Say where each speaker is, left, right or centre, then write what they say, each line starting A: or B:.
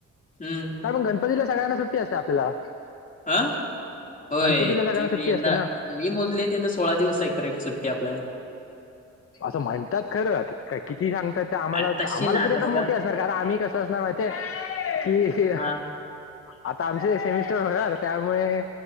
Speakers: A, on the left; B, on the left.
A: हम्म!
B: नाय मग गणपतीला सगळ्यांना सुट्टी असते, आपल्याला.
A: अ होय,
B: गणपतीला सगळ्यांना
A: ते
B: सुट्टी
A: बी यंदा
B: असते ना
A: मी मोजले त्यांना सोळा दिवस हाय करेक्ट सुट्टी आपल्याला.
B: असं म्हणतात, खरं काय किती सांगतायेत? आम्हाला
A: अरे तशी
B: आम्हाला
A: ना
B: तरी आता मोठी
A: बघा
B: असणार, कारण आम्ही कसं असणार माहितीये की
A: हा
B: आता आमचे सेमिस्टर होणार त्यामुळे,